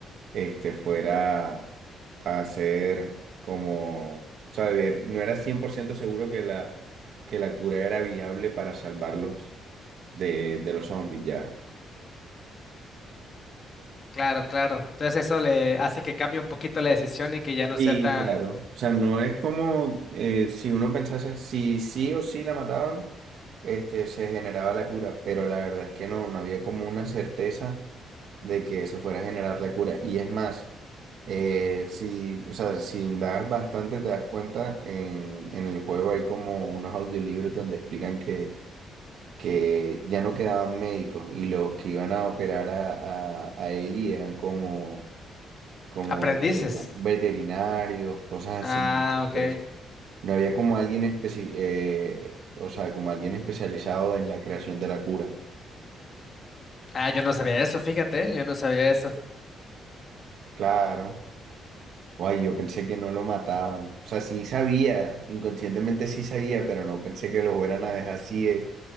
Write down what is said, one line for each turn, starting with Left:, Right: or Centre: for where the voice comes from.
Right: este, fuera a ser como, o sea, de- no era 100% seguro que la, que la cura era viable para salvarlos de, de los zombies ya.
Left: Claro, claro. Entonces eso le hace que cambie un poquito la decisión y que ya no
Right: Y
Left: sea tan
Right: claro, o sea, no es como eh, si uno pensase si sí o sí la mataban, este, se generaba la cura, pero la verdad es que no, no había como una certeza de que se fuera a generar la cura. Y es más, eh, si, o sea, si indagas bastante te das cuenta, en, en el juego hay como unos audiolibros donde explican que, que ya no quedaban médicos y los que iban a operar a, a, a Ellie eran como como
Left: aprendices.
Right: veterina- veterinarios, cosas
Left: Ah,
Right: así. Entonces,
Left: ok.
Right: no había como alguien especi- eh, o sea, como alguien especializado en la creación de la cura.
Left: Ah, yo no sabía eso, fíjate, yo no sabía eso.
Right: Claro. ay yo pensé que no lo mataban. O sea, sí sabía, inconscientemente sí sabía, pero no pensé que lo fueran a dejar así. eh.